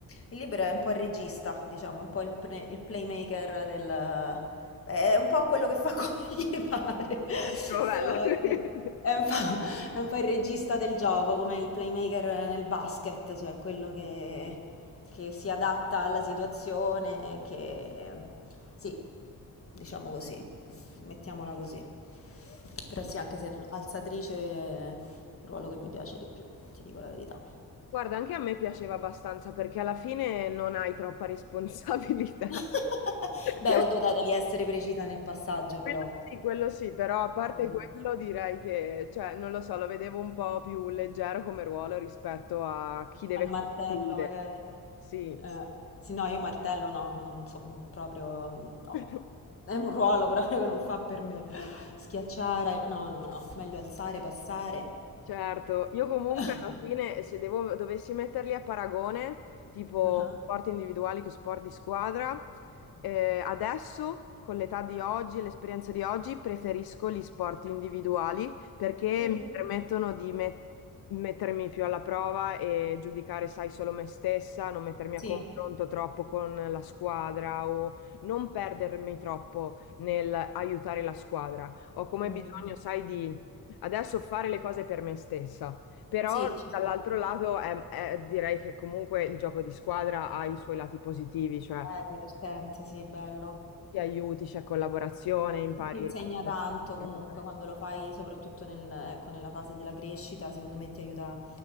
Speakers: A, on the left (about 35°); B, on the left (about 75°).
A: Il libero è un po' il regista, diciamo, un po' il, pre- il playmaker del... È un po' quello che fa <laughs> come gli pare,
B: Ecco, bello.
A: però
B: <laughs> Eh,
A: sì, è un po', è un po' il regista del gioco, come il playmaker nel basket, cioè quello che, che si adatta alla situazione, che... Sì, diciamo così, mettiamola così. Però sì, anche se alzatrice è il ruolo che mi piace di più, ti dico la verità.
B: Guarda, anche a me piaceva abbastanza perché alla fine non hai troppa responsabilità.
A: <laughs>
B: <laughs>
A: Beh, oddio, dai, devi essere precisa nel passaggio,
B: Quello
A: però.
B: sì, quello sì, però a parte
A: Mm,
B: quello direi che, cioè, non lo so, lo vedevo un po' più leggero come ruolo rispetto a chi deve
A: Al martello,
B: concludere.
A: magari.
B: Sì.
A: Eh, sì, no, io martello no, non so proprio, mm, no.
B: <laughs>
A: È un ruolo <laughs> proprio che non fa per me. Schiacciare, no, no, no. Meglio alzare, passare.
B: Certo, io comunque
A: <laughs>
B: alla fine se devo- dovessi metterli a paragone, tipo
A: Ah,
B: sport individuali che sport di squadra, eh, adesso con l'età di oggi e l'esperienza di oggi preferisco gli sport individuali perché
A: mm,
B: mi permettono di met- mettermi più alla prova e giudicare, sai, solo me stessa, non mettermi a
A: sì,
B: confronto troppo con la squadra o non perdermi troppo nel aiutare la squadra. Ho come
A: Mm,
B: bisogno,
A: mm.
B: sai, di Adesso fare le cose per me stessa, però
A: Sì, ci
B: dall'altro
A: sta.
B: lato è- è- direi che comunque il gioco di squadra ha i suoi lati positivi, cioè
A: È divertente, sì, è bello.
B: ti aiuti, c'è collaborazione, impari.
A: E Ti insegna
B: la
A: tanto comunque
B: collaborazione.
A: quando lo fai, soprattutto nel- ecco, nella fase della crescita, secondo me ti aiuta,